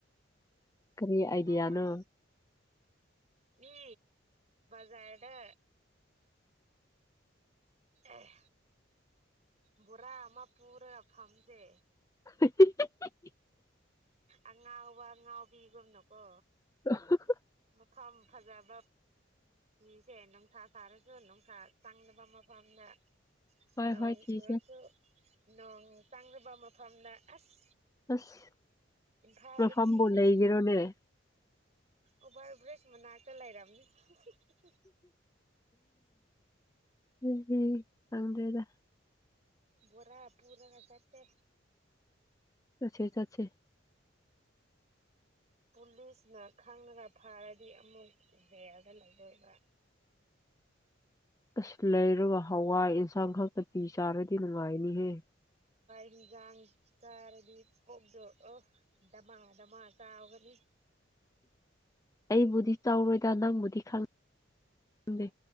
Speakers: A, on the left (about 15°); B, on the right (about 35°).
A: ꯀꯔꯤ ꯑꯥꯏꯗꯤꯌꯥꯅꯣ
B: ꯑꯥ ꯏ ꯖꯥꯔꯗ ꯑꯦ ꯕꯣꯔꯥ ꯑꯃ ꯄꯨꯔ ꯐꯝꯁꯦ
A: <inaudible>
B: ꯑꯉꯥꯎꯕ ꯑꯉꯥꯎꯕꯤꯒꯨꯝꯅꯀꯣ
A: <inaudible>
B: ꯃꯐꯝꯐꯝ ꯐꯖꯕ ꯁꯤꯤꯁꯦ ꯅꯨꯡꯊꯥ ꯁꯥꯔꯁꯨ ꯅꯨꯡꯊꯥ ꯆꯪꯅꯕ ꯃꯐꯝꯗ
A: ꯍꯣꯏ
B: ꯅꯣꯡ
A: ꯍꯣꯏ ꯊꯤꯁꯦ
B: ꯆꯨꯔꯁꯨ ꯅꯣꯡ ꯆꯪꯕ ꯃꯐꯝꯗ ꯑꯁ
A: ꯑꯁ
B: ꯐꯔ
A: ꯃꯐꯝꯕꯨ
B: ꯊꯁꯦ
A: ꯂꯩꯒꯦꯔꯣꯅꯦ ꯑꯩ
B: ꯎꯚꯔ ꯕ꯭ꯔꯦꯖ ꯃꯅꯥꯛꯇ ꯂꯩꯔꯝꯅꯤ ꯎ
A: ꯎ ꯆꯪꯗꯦꯗ
B: ꯣꯔꯥ ꯄꯨꯅ ꯆꯇꯦ
A: ꯆꯁꯦ ꯆꯠꯁꯦ
B: ꯄꯨꯂꯤꯁꯅ ꯈꯪꯉꯒ ꯐꯥꯔꯗꯤ ꯑꯃꯨꯛ ꯖꯦꯜꯗ ꯂꯩꯗꯣꯏꯕ꯭ꯔꯥ
A: ꯑꯁ ꯂꯩꯔꯒ ꯍꯋꯥꯏ ꯑꯦꯟꯁꯥꯡ ꯈꯛꯇ ꯄꯤ ꯆꯥꯔꯗꯤ ꯅꯨꯡꯉꯥꯏꯅꯤꯍꯦ
B: ꯍꯒꯥꯡ ꯆꯥꯔꯗꯤ ꯀꯣꯛꯇꯣ ꯑ ꯗꯙꯃꯥ ꯗꯙꯃꯥ ꯆꯥꯒꯅꯤ
A: ꯑꯩꯕꯨꯗꯤ ꯆꯥꯎꯔꯣꯏꯗ ꯅꯪꯕꯨꯗꯤ ꯈ ꯈꯦ